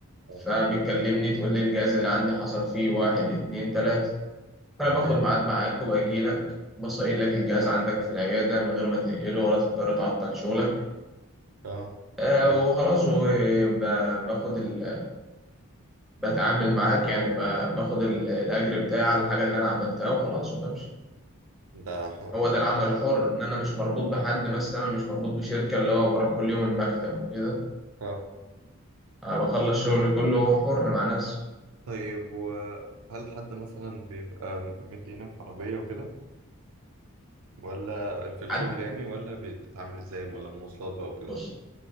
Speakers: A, on the right; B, in the centre.
A: اه
B: فبتكلمني تقول لي الجهاز اللي عندي حصل فيه واحد اتنين تلاته فأنا
A: اوكي
B: باخد ميعاد معاك وباجي لك بصين لك الجهاز عندك في العيادة من غير ما تنقله ولا تضطر تعطل شغلك
A: اه
B: آه
A: حلو
B: وخلاص وباخد ال... بتعامل معاك يعني ب- باخد ال- الأجر بتاعي على الحاجة اللي أنا عملتها وخلاص وبمشي
A: ده ح-
B: هو ده
A: حلو
B: العمل اه الحر إن أنا مش مربوط بحد مثلا مش مربوط بشركة اللي هو بروح كل يوم المكتب وكده
A: آه.
B: أنا بخلص شغلي كله حر مع نفسي
A: طيب وهل حد مثلا بيبقى مدينك عربية وكده ولا في الشغل
B: حد
A: يعني ولا بتتعامل ازاي ولا مواصلات بقى وكده
B: بص